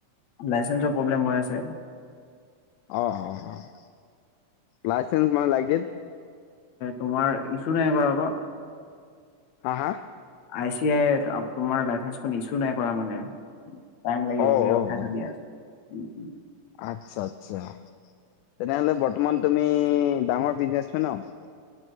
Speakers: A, on the left (about 65°); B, on the left (about 80°).
A: লাইচেন্ঞ্চৰ প্ৰব্লেম হৈ আছে।
B: অ', অ', অ', লাইচেন্স মানে লাগিল
A: তোমাৰ ইছু নাই কৰা আকৌ
B: হা হা
A: এতিয়াই তোমাৰ লাইচেন্সখন ইছু নাই কৰা মানে, টাইম লাগিব
B: অ
A: বুলি
B: অ
A: ৰখাই
B: অ
A: থৈ দিয়া
B: অ
A: আছে। উম উম <inaudible>
B: আচ্ছা আচ্ছা তেনেহলে বৰ্তমান তুমি ডাঙৰ বিজনেচমেন আৰু